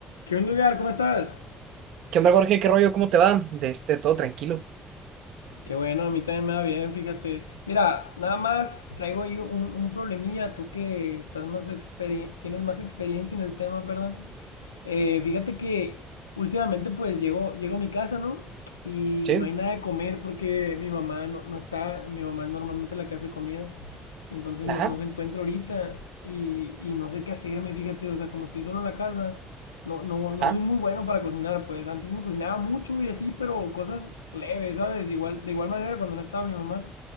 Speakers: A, on the left; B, on the right.
A: ¿Qué onda, Edgar? ¿Cómo estás?
B: ¿Qué onda, Jorge? ¿Qué rollo? ¿Cómo te va? De este, todo tranquilo.
A: Qué bueno, a mí también me va bien, fíjate. Mira, nada más traigo ahí un, un problemilla, tú que estás más experi- tienes más experiencia en el tema, perdón. Eh, fíjate que últimamente pues llego, llego a mi casa, ¿no? Y
B: Sí.
A: no hay nada de comer porque mi mamá no, no está, mi mamá es normalmente la que hace comida, entonces no,
B: Ajá,
A: no se encuentra ahorita y, y no sé qué hacerme, fíjate, o sea, como estoy solo en la casa, no, no,
B: ajá,
A: no soy muy bueno para cocinar, pues antes me cocinaba mucho y así, pero cosas leves, ¿sabes? Igual, de igual manera cuando no estaba mi mamá.